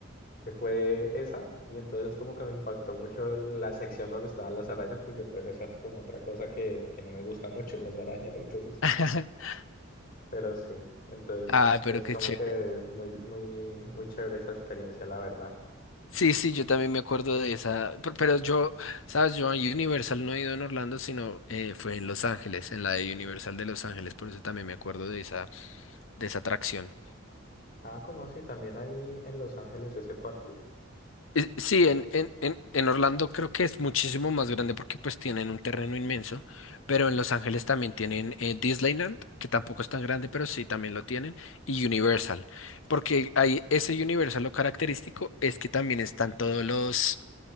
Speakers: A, on the left; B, on the left.
A: que fue esa, y entonces como que me impactó mucho la sección donde estaban las arañas, porque pues esa es como otra cosa que, que no me gusta mucho, las arañas, entonces,
B: <laughs>
A: pero sí, entonces
B: Ah, pero
A: es
B: qué
A: como
B: chévere.
A: que es muy, muy, muy chévere esa experiencia, la verdad.
B: Sí, sí, yo también me acuerdo de esa, pe- pero yo, sabes, yo a Universal no he ido en Orlando, sino eh, fue en Los Ángeles, en la de Universal de Los Ángeles, por eso también me acuerdo de esa, de esa atracción.
A: Ah, ¿cómo así? ¿También hay en Los Ángeles ese parque?
B: Eh, Sí, en, en, en, en Orlando creo que es muchísimo más grande porque pues tienen un terreno inmenso, pero en Los Ángeles también tienen eh, Disneyland, que tampoco es tan grande, pero sí también lo tienen, y Universal, porque ahí ese Universal lo característico es que también están todos los